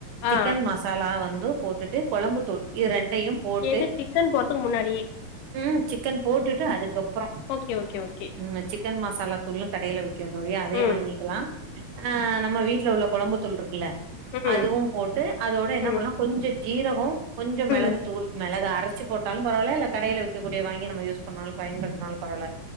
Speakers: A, on the left; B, on the right.
A: ஆ
B: சிக்கன் மசாலா வந்து போட்டுட்டு கொழம்பு தூள் இது ரெண்டையு போட்டு
A: எது சிக்கன் போட்றதுக்கு முன்னாடியே
B: ம் சிக்கன் போட்டுட்டு அதுக்கப்பறோ
A: ஓகே, ஓகே, ஓகே.
B: நம்ம சிக்கன் மசாலா தூளுனு கடையில விக்கிம் தோழி அதயே
A: ம்
B: வாங்கிக்கலா ஆ நம்ம வீட்ல உள்ள கொழம்பு தூள் இருக்குல்ல
A: ம்
B: அதுவு போட்டு அதோட என்ன
A: ம்
B: பண்ணலா கொஞ்சோ ஜீரகோ கொஞ்சோ மெளகு
A: ம்
B: தூள் மெளக அரைச்சு போட்டாலு பரவாயில்ல இல்ல கடையில வி க்க கூடிய வாங்கி நம்ம யூஸ் பண்ணாலும் பயன்படுத்தினாலு பரவால்ல